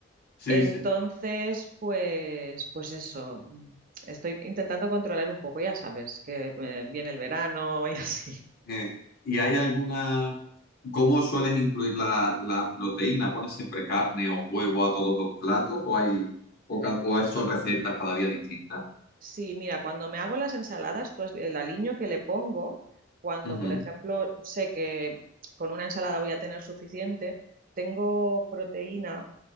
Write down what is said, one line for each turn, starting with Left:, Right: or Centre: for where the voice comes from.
Left: sí,
Right: Entonces,
Left: sí.
Right: pues, pues eso. mm, Estoy intentando controlar un poco, ya sabes, que eh, viene el verano y así.
Left: Eh, ¿y hay alguna... ¿Cómo sueles incluir la, la proteína? ¿Pones siempre carne o huevo a todos los platos o hay o, ca- o son recetas cada día distintas?
Right: Sí, mira, cuando me hago las ensaladas, tú has- el aliño que le pongo, cuando,
Left: Ujú,
Right: por ejemplo, sé que con una ensalada voy a tener suficiente, tengo proteína